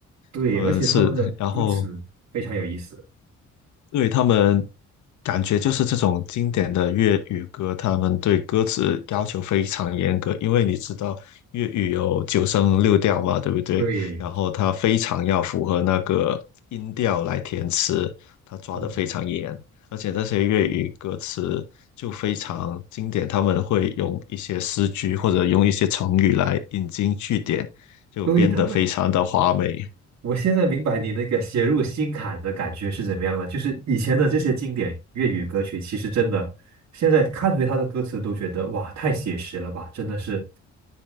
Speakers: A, on the right; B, on the left.
A: 对，
B: 他们是，
A: 而且他们的歌词非常有意思。
B: 然后对他们感觉就是这种经典的粤语歌，他们对歌词要求非常严格，因为你知道粤语有九声六调嘛，对不对？
A: 对，
B: 然后他非常要符合那个音调来填词，他抓得非常严，
A: 嗯，
B: 而且这些粤语歌词就非常经典，他们会用一些诗句或者用一些成语来引经据典，就编得非常的华美。
A: 对他们。我现在明白你那个写入心坎的感觉是怎么样了。就是以前的这些经典粤语歌曲，其实真的，现在看回它的歌词都觉得哇，太写实了吧，真的是